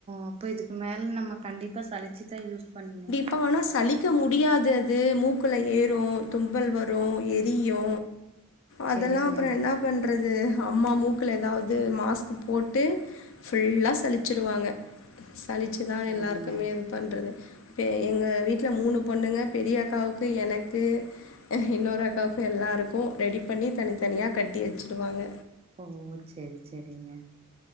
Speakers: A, on the right (about 25°); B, on the left (about 60°).
A: அப்ப இதுக்கு மேல நம்ம கண்டிப்பா சளிச்சுதா யூஸ் பண்ணணு
B: அப்பா ஆனா சளிக்க முடியாது அது மூக்குல ஏறும் தும்பல் வரு எரியு அதல்லா
A: செரிங்க
B: அப்பற என்ன பண்றது அம்மா மூக்குல ஏதாவது மாஸ்க் போட்டு ஃபுல்லா சழிச்சருவாங்க சளிச்சுதா
A: செரிங்க
B: எல்லாருக்குமே இது பண்றது எங்க வீட்டல மூணு பொண்ணுங்க பெரிய அக்காவுக்கு எனக்கு இன்னொரு அக்காவுக்கும் எல்லாருக்கும் ரெடி பண்ணி தனித்தனியா கட்டி வச்சிடுவாங்க
A: ஓ சரி சரிங்க